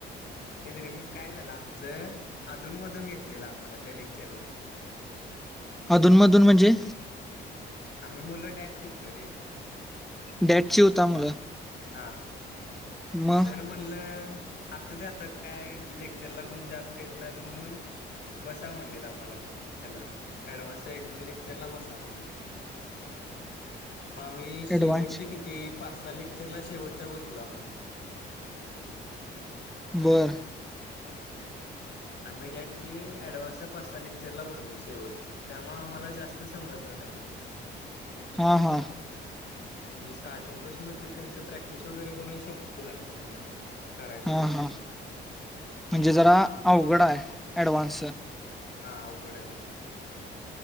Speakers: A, on the left; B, in the centre.
A: तेच र मी काय झालं आमचं अधून मधून घेतलेलं आम्हाला त्या लेक्चरला
B: अधूनमधून म्हणजे
A: आम्ही मुलं डॅड ची होतो रे
B: डेट ची होता मुलं
A: हा
B: मग
A: सर म्हणलं असू द्या आता काय लेक्चरला कोण जास्त येत नाहीत म्हणून बसा म्हणलेत आम्हाला पण ह्याला ॲडव्हान्सच्या एक दोन लेक्चरला बसा म्हणलेत <unintelligible> मग आम्ही शेवटच्या
B: ऍडव्हान्स
A: किती पाच स लेक्चरला शेवटच्या बसलो आम्ही
B: वर
A: आम्ही डॅड ची ऍडव्हान्सच्या पाच स लेक्चरला बसलो शेवटची त्यामुळे आम्हाला जास्त समजलं नाही ते
B: हा हा
A: म्हे स्टार्टिंग पासून होते त्यांचं प्रॅक्टिस वगैरे करून घलत त्यांना करायचं
B: हा
A: कस
B: हा
A: ते
B: म्हणजे
A: असं
B: जरा
A: म्हटलं
B: अवघड आहे ऍडव्हान्स
A: हा अवघडायला